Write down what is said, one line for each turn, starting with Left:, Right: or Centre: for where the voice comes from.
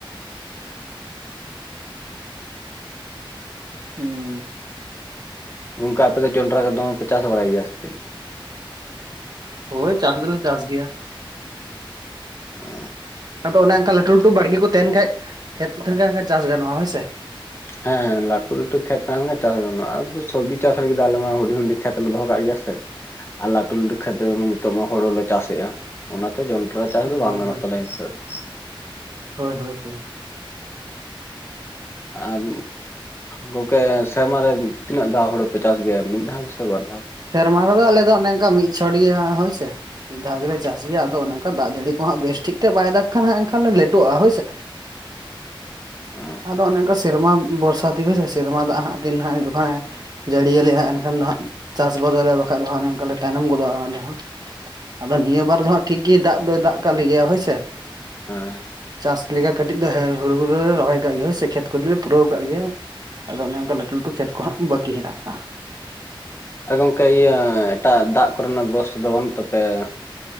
Right: ᱦᱩᱸ᱾
Left: ᱜᱚᱝᱠᱮ ᱟᱯᱮ ᱫᱚ ᱡᱚᱱᱰᱨᱟ ᱠᱚ ᱫᱚᱢᱮ ᱯᱮ ᱪᱟᱥ ᱵᱟᱲᱟᱭ ᱜᱮᱭᱟ ᱥᱮ ᱪᱮᱫ?
Right: ᱦᱳᱭ ᱪᱟᱥ ᱫᱚᱞᱮ ᱪᱟᱥ ᱜᱮᱭᱟ᱾
Left: ᱚ᱾
Right: ᱟᱫᱚ ᱚᱱᱮ ᱚᱱᱠᱟ ᱞᱟᱹᱴᱩ ᱞᱟᱹᱴᱩ ᱵᱟᱲᱜᱮ ᱠᱚ ᱛᱟᱦᱮᱱ ᱠᱷᱟᱡ ᱠᱷᱮᱛ ᱠᱚ ᱛᱟᱦᱮᱱ ᱠᱷᱟᱡ ᱮᱱᱠᱷᱟᱱ ᱪᱟᱥ ᱜᱟᱱᱚᱜᱼᱟ ᱦᱳᱭ ᱥᱮ᱾
Left: ᱦᱮᱸ ᱞᱟᱹᱴᱩ ᱞᱟᱹᱴᱩ ᱠᱷᱮᱛ ᱛᱟᱦᱮᱱ ᱠᱷᱟᱱ ᱪᱟᱥ ᱜᱟᱱᱚᱜᱼᱟ, ᱟᱫᱚ ᱥᱚᱵᱽᱡᱤ ᱪᱟᱥ ᱞᱟᱹᱜᱤᱫ ᱫᱚ ᱟᱞᱮ ᱢᱟ ᱦᱩᱰᱤᱧ ᱦᱩᱰᱤᱧ ᱠᱷᱮᱛ ᱞᱮ ᱫᱚᱦᱚ ᱠᱟᱜ ᱜᱮᱭᱟ ᱥᱮ᱾ ᱟᱨ ᱞᱟᱹᱴᱩ ᱞᱟᱹᱴᱩ ᱠᱷᱮᱛ ᱨᱮᱢᱟ ᱱᱤᱛᱚᱜ ᱢᱟ ᱦᱳᱲᱳ ᱞᱮ ᱪᱟᱥᱮᱜᱼᱟ᱾ ᱚᱱᱟᱛᱮ ᱡᱚᱱᱰᱨᱟ ᱪᱟᱥ ᱫᱚ ᱵᱟᱝ
Right: ᱦᱳᱭ
Left: ᱜᱟᱱᱚᱜ
Right: ᱦᱳᱭ
Left: ᱛᱟᱞᱮᱭᱟ ᱱᱤᱛᱚᱜ ᱫᱚ᱾
Right: ᱦᱳᱭ ᱦᱳᱭ ᱦᱳᱭ᱾
Left: ᱟᱨ ᱜᱚᱝᱠᱮ ᱥᱮᱨᱢᱟ ᱨᱮ ᱛᱤᱱᱟᱹᱜ ᱫᱷᱟᱣ ᱦᱚᱲᱩ ᱯᱮ ᱪᱟᱥ ᱜᱮᱭᱟ ᱢᱤᱫ ᱫᱷᱟᱣ ᱜᱮᱥᱮ ᱵᱟᱨ ᱫᱷᱟᱣ?
Right: ᱥᱮᱨᱢᱟ ᱨᱮᱫᱚ ᱟᱞᱮ ᱫᱚ ᱚᱱᱮ ᱚᱱᱠᱟ ᱢᱤᱫ ᱪᱷᱚᱴ ᱜᱮ ᱦᱟᱸᱜ ᱦᱳᱭᱥᱮ ᱢᱤᱫ ᱫᱷᱟᱣ ᱜᱮᱞᱮ ᱪᱟᱥ ᱜᱮᱭᱟ ᱟᱫᱚ ᱚᱱᱮ ᱠᱟ ᱫᱟᱜ ᱡᱟᱹᱲᱤ ᱠᱚ ᱦᱟᱸᱜ ᱵᱮᱥ ᱴᱷᱤᱠ ᱛᱮ ᱵᱟᱭ ᱫᱟᱜᱽ ᱠᱷᱟᱱ ᱦᱟᱸᱜ ᱮᱱᱠᱷᱟᱱ ᱞᱮ ᱞᱮᱴᱳᱜᱼᱟ ᱦᱳᱭᱥᱮ᱾
Left: ᱦᱮᱸ
Right: ᱟᱫᱚ ᱚᱱᱮ ᱚᱱᱠᱟ ᱥᱮᱨᱢᱟ ᱵᱚᱨᱥᱟ ᱛᱮᱜᱮ ᱦᱳᱭ ᱥᱮ ᱥᱮᱨᱢᱟ ᱫᱟᱜ ᱦᱟᱸᱜ ᱫᱤᱱ ᱦᱟᱸᱜ ᱡᱚᱠᱷᱚᱱᱮ ᱡᱟᱹᱲᱤ ᱭᱟᱞᱮᱭᱟ ᱮᱱᱠᱷᱟᱱ ᱫᱚ ᱦᱟᱸᱜ ᱪᱟᱥ ᱵᱟᱹᱫ ᱫᱟᱞᱮ ᱵᱟᱠᱷᱟᱡ ᱫᱚ ᱦᱟᱸᱜ ᱚᱱᱮ ᱚᱱᱠᱟ ᱞᱮ ᱛᱟᱭᱱᱚᱢ ᱜᱚᱫᱚᱜᱼᱟ ᱟᱞᱮ ᱦᱚᱸ᱾ ᱟᱫᱚ ᱱᱤᱭᱟᱹ ᱵᱟᱨ ᱫᱚ ᱦᱟᱸᱜ ᱴᱷᱤᱠ ᱜᱮ ᱫᱟᱜ ᱫᱚᱭ ᱫᱟᱜ ᱠᱟᱜ ᱞᱮᱜᱮᱭᱟ ᱦᱳᱭᱥᱮ᱾
Left: ᱦᱮᱸ᱾
Right: ᱪᱟᱥ ᱞᱮᱠᱟ ᱠᱟᱹᱴᱤᱡ ᱫᱚ ᱦᱮ ᱦᱩᱲᱩ ᱠᱚᱫᱚ ᱞᱮ ᱨᱚᱦᱚᱭ ᱠᱟᱜ ᱜᱮᱭᱟ ᱦᱳᱭ ᱥᱮ ᱠᱷᱮᱛ ᱠᱚᱫᱚᱞᱮ ᱯᱩᱨᱟᱹᱣ ᱠᱟᱜ ᱜᱮᱭᱟ ᱟᱫᱚ ᱚᱱᱮ ᱠᱟ ᱞᱟᱹᱴᱩ ᱞᱟᱹᱴᱩ ᱠᱷᱮᱛ ᱠᱚ ᱦᱟᱸᱜ ᱵᱟᱠᱤ ᱦᱮᱱᱟᱜ ᱠᱟᱜ-ᱟ᱾
Left: ᱮ ᱜᱚᱝᱠᱮ ᱤᱭᱟᱹ ᱮᱴᱟᱜ ᱫᱟᱜ ᱠᱚᱨᱮ ᱱᱟᱜ ᱵᱮᱵᱚᱥᱛᱟ ᱫᱚ ᱵᱟᱹᱱᱩᱜ ᱛᱟᱯᱮᱭᱟ?